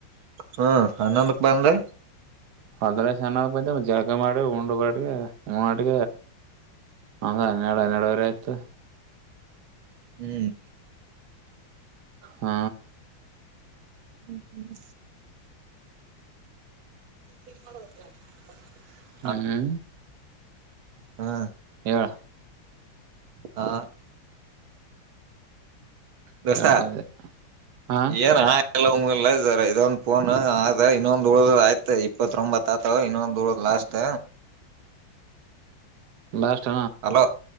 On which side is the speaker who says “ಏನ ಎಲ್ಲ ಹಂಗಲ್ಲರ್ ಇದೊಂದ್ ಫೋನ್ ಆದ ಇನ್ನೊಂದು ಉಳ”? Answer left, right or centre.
Right